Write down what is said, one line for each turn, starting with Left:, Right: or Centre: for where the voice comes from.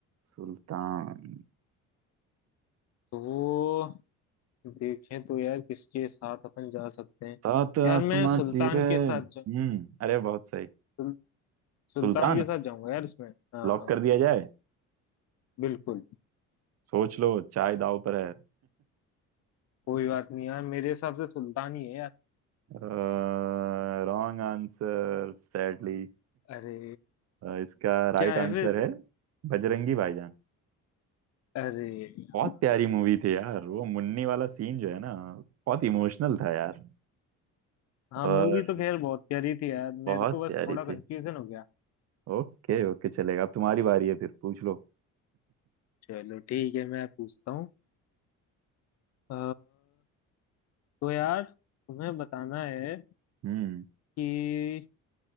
Right: सुल्तान
Left: तो देखें तो यार किसके साथ अपन जा सकते हैं
Right: सात
Left: यार
Right: आसमां
Left: मैं सुल्तान
Right: चीरे हम्म
Left: के साथ जा,
Right: अरे बहुत सही
Left: सुल, सुल्तान
Right: सुल्तान
Left: के साथ जाऊंगा यार इसमें हाँ
Right: लॉक
Left: हाँ
Right: कर दिया जाए
Left: बिल्कुल
Right: सोच लो चाय दाव पर है
Left: कोई बात नहीं यार मेरे हिसाब से सुल्तान ही है यार
Right: <laughs> Wrong answer sadly
Left: अरे
Right: इसका
Left: क्या
Right: राइट
Left: है
Right: आंसर
Left: फिर
Right: है बजरंगी भाईजान
Left: अरे यार।
Right: बहुत प्यारी मूवी थी यार वो मुन्नी वाला सीन जो है ना बहुत इमोशनल था यार
Left: हाँ
Right: और
Left: मूवी तो खैर बहुत प्यारी थी यार
Right: बहुत
Left: मेरे को बस
Right: प्यारी
Left: थोड़ा कंफ्यूजन
Right: थी
Left: हो गया
Right: ओके ओके चलेगा अब तुम्हारी बारी है फिर पूछ लो
Left: चलो ठीक है मैं पूछता हूँ अ, तो यार तुम्हें बताना है
Right: हम्म
Left: कि